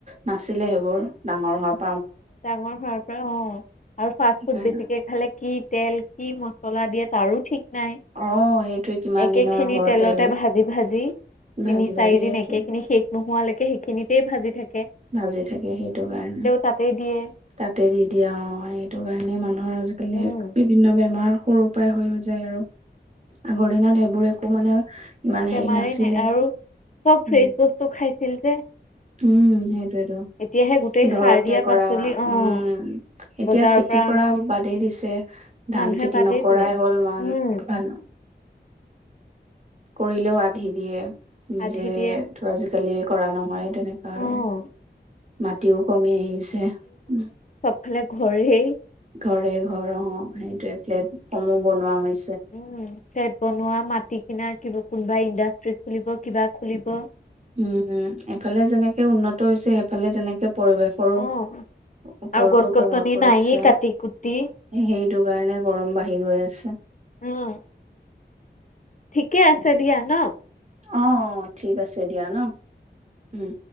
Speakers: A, on the right (about 40°); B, on the left (about 45°).
A: নাছিলে সেইবোৰ ডাঙৰ হোৱা
B: ডাঙৰ হোৱাৰ পৰা অ', আৰু ফাষ্ট
A: সেইকাৰণে
B: ফুড বেছিকে খালে কি তেল কি মছলা দিয়ে তাৰো ঠিক নাই,
A: অ সেইটোৱে কিমান
B: একে
A: দিনৰ
B: খিনি
A: আগৰ
B: তেলতে
A: তেল
B: ভাজি ভাজি
A: ভাজি
B: তিনি
A: ভাজি
B: চাৰি দিন
A: সেইটোৱে
B: একে খিনি শেষ নোহোৱালৈকে সেইখিনিতেই ভাজি থাক
A: ভাজি থাকে সেইটো কাৰণে।
B: তাতেই দিয়ে
A: তাতে দি দিয়ে অ', সেইটো কাৰণে মানুহৰ আজিকালি
B: উম
A: বিভিন্ন বেম বেমাৰ সৰু পৰাাই হৈ যায় আৰু, আগৰ দিনত সেইবোৰ একো মানে ইমান
B: বেমাৰে
A: হেৰি নাছিলে
B: নাই আৰু চব
A: উম
B: ফ্ৰেচ বস্তু খাইছিল যে
A: উম ঘৰতে
B: এতিয়াহে গোটেই সাৰ দিয়া
A: কৰা,
B: পাচলি অঁ
A: উম এতিয়া
B: বজাৰৰ
A: খেতি
B: পৰা
A: কৰা
B: অনা
A: বাদেই দিছে,
B: মানুহে
A: ধান খেতি
B: বাদেই
A: নকৰাই
B: দিলে
A: হ'ল।
B: উম
A: <unintelligible> কৰিলেও আধি দিয়ে
B: আধি দিয়ে
A: <unintelligible> আজিকালি কৰা নহয় তেনেকুৱা আৰু।
B: অঁ
A: মাটিও কম মি আহিছে
B: ফালে ঘৰেই
A: ঘৰে ঘৰ অ', ‌ সেইটোয়ে ফ্লেট সমূহ বনোৱা হৈ
B: উম, ফ্লেট বনোৱা, মাটি কিনাৰ কিবা কোনোবাই ইণ্ডাষ্ট্ৰি খুলিব, কিবা খুলিব
A: উম, এফালে যেনেকে উন্নত হৈছে, সেফালে তেনেকে পৰিৱেশৰো
B: অঁ
A: ওপৰতো
B: আৰু গছ গছনি
A: প্ৰভাৱ পৰিছে
B: নায়েই কাটি কুটি
A: সেইটো কাৰণে গৰম বাঢ়ি গৈ আছে।
B: অ', ঠিকে আছে দিয়া ন?
A: অ', অ', ঠিক আছ তেতিয়া ন উম।